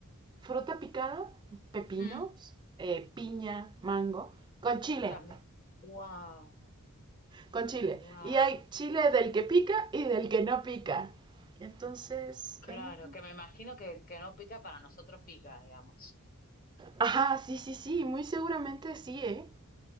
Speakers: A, on the right; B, on the left.
A: Fruta picada, pepinos,
B: Mm,
A: eh, piña, mango, con chile,
B: También. Wow,
A: con chile.
B: wow.
A: Y hay chile del que pica y del que no pica. Entonces,
B: Claro,
A: em,
B: que me imagino que el que no pica para nosotros pica, digamos.
A: ajá, sí, sí, sí, muy seguramente sí, ¿eh?